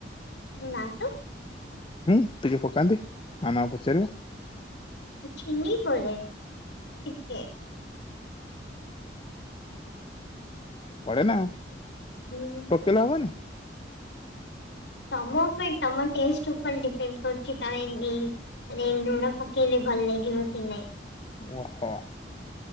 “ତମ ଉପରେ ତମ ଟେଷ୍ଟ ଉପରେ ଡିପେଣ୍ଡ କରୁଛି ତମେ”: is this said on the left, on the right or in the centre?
Left